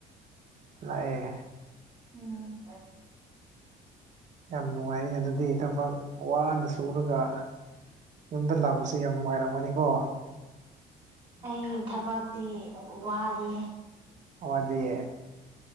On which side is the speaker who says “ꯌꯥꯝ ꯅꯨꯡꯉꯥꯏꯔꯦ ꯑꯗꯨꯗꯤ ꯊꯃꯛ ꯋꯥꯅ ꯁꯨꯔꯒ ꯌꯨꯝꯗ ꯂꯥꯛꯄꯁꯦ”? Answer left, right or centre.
Right